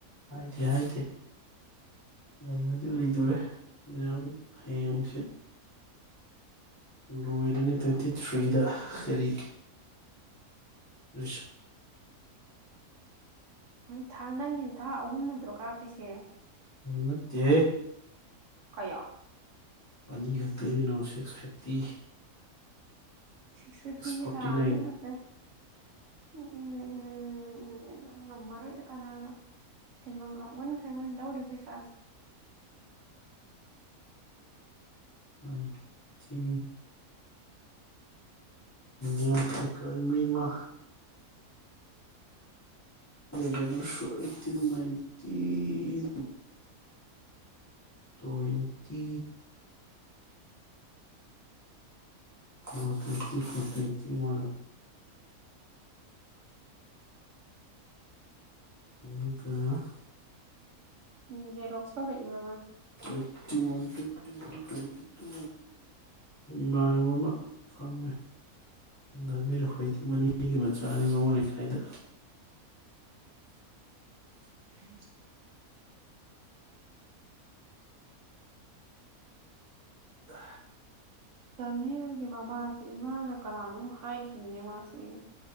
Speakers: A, on the left; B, on the right.
A: ꯍꯥꯏꯗꯦ ꯍꯥꯏꯗꯦ ꯂꯩꯕꯗꯤ ꯂꯩꯗꯣꯔꯦ ꯌꯥꯝ ꯍꯌꯦ ꯅꯨꯡꯁꯤꯠ ꯂꯣꯏꯔꯅꯤ ꯇ꯭ꯋꯦꯟꯇꯤ ꯊ꯭ꯔꯤꯗ ꯀꯔꯤ ꯑ
B: <unintelligible> ꯃꯣꯏ ꯊꯥ ꯅꯪꯒꯤꯁꯤꯦ ꯊꯥ ꯅꯠꯇ꯭ꯔꯣ ꯀꯥ ꯄꯁꯦ
A: ꯎꯠꯇꯦ
B: ꯀꯌꯥ
A: ꯑꯅꯤ ꯈꯛꯇꯅꯣ ꯁꯤꯛꯁ ꯐꯤꯐꯇꯤ
B: ꯁꯤꯛꯁ ꯐꯤꯐꯇꯤꯁꯤ
A: ꯐꯣꯔꯇꯤ
B: ꯊꯥꯅꯤ
A: ꯅꯥꯏꯟ
B: ꯈꯪꯗ ꯎꯝ ꯉꯃꯔ ꯀꯅꯥꯅ ꯍꯦꯟꯃ ꯂꯞꯃꯟꯈ꯭ꯔꯦ ꯃꯣꯏꯅ ꯂꯧꯔꯤꯕ ꯄꯩꯁꯥꯁꯦ
A: ꯍ ꯊ ꯌꯥ ꯐꯤ ꯀꯥꯃꯩ ꯑꯃ ꯒꯔ ꯁꯤꯟ ꯃꯥꯏꯇꯤꯟ ꯇ꯭ꯋꯦꯟꯇꯤ ꯋꯥꯇꯣꯏꯇ ꯀꯇꯣꯏꯇ ꯋꯥꯟ ꯑꯗꯨꯒꯀ
B: ꯎꯝ ꯖꯦꯔꯣꯛꯁ ꯇꯧꯔꯛꯏꯕ
A: ꯇ꯭ꯋꯦꯟꯇꯤ ꯋꯥꯟ ꯇ꯭ꯋꯦꯟꯇꯤ ꯋꯥꯟ ꯇ ꯏꯃꯥꯟꯅꯕ ꯑꯃ ꯐꯝꯃꯦ ꯂꯝꯕꯤꯔꯈꯣꯏꯗꯤ ꯃꯅꯤꯒꯤ ꯃꯆꯥꯅꯤ ꯃꯉꯣꯟ ꯂꯩꯀꯥꯏꯗ
B: ꯐꯔꯤꯁ
A: ꯑ
B: ꯃꯤꯜꯒꯤ ꯃꯃꯥꯁꯦ ꯏꯃꯥꯅ ꯀꯅꯥꯅ ꯍꯥꯏꯥꯏꯒꯤꯅꯤꯅꯦ ꯃꯥꯁꯤ